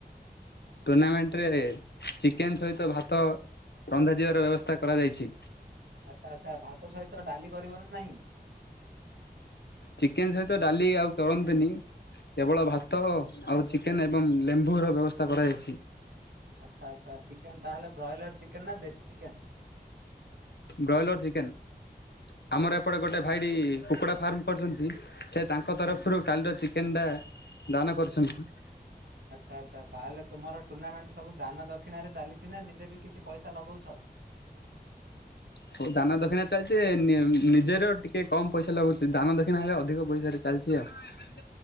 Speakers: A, on the left; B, on the right.
A: ଟୁର୍ଣାମେଣ୍ଟରେ ଚିକେନ ସହିତ ଭାତ ରନ୍ଧା ଯିବାର ବ୍ୟବସ୍ଥା କରାଯାଇଛି।
B: ଆଚ୍ଛା ଆଚ୍ଛା ଭାତ ସହିତ ଡାଲି କରିବ ନା ନାହିଁ?
A: ଚିକେନ ସହିତ ଡାଲି ଆଉ କରନ୍ତୁନି। କେବଳ ଭାତ ଆଉ ଚିକେନ ଏବଂ ଲେମ୍ବୁ ର ବ୍ୟବସ୍ଥା କରାଯାଇଛି।
B: ଆଚ୍ଛା ଆଚ୍ଛା ଚିକେନ ତାହେଲେ ବ୍ରଏଲାର ଚିକେନ୍ ନା ଦେଶୀ ଚିକେନ?
A: Broiler chicken.
B: ଆଚ୍ଛା
A: ଆମର ଏପଟେ
B: ଆଚ୍ଛା
A: ଗୋଟେ
B: ହୁଁ।
A: ଭାଇଡି କୁକୁଡ଼ା ଫାର୍ମ କରିଛନ୍ତି ସେ ତାଙ୍କ ତରଫରୁ
B: ହୁଁ।
A: କାଲିର ଚିକେନ ଟା ଦାନ କରିଛନ୍ତି।
B: ଆଚ୍ଛା ଆଚ୍ଛା ତାହେଲେ ତୁମର ଟୁର୍ଣ୍ଣାମେଣ୍ଟ ସବୁ ଦାନ ଦକ୍ଷିଣାରେ ଚାଲିଛି ନା ନିଜେ ବି କିଛି ପଇସା ଲଗଉଛ?
A: ହଉ ଦାନା ଦକ୍ଷିଣା ଚାଲିଛି ନି ନିଜର ଟିକେ କମ ପଇସା ଲାଗୁଛି ଦାନା ଦକ୍ଷିଣା ହେଲେ ଅଧିକ ପଇସା ରେ ଚାଲିଛି। ଚାଲିଛି ବା।